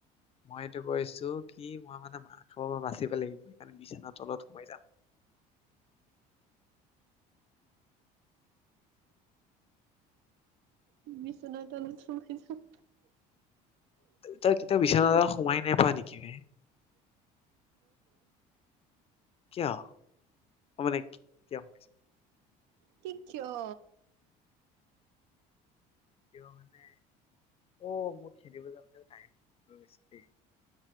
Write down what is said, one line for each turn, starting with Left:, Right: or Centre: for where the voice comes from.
Left: মই এইটো কৈছো কি মই মানে মাহ খাবৰ পৰা বাচিব লাগিব সেইকাৰণে বিছানাৰ তলত সোমাই যাম।
Right: বিচনাৰ তলত সোমাই যা।
Left: তই কেতিয়াও বিচনা তলত সোমাই নাই পোৱা নেকি বে? কিয়? অ' মানে কিয় কৈছে
Right: কি কিয়?
Left: কিয় মানে। অ' <unintelligible> খেলিব যাওঁতে টাইম <unintelligible>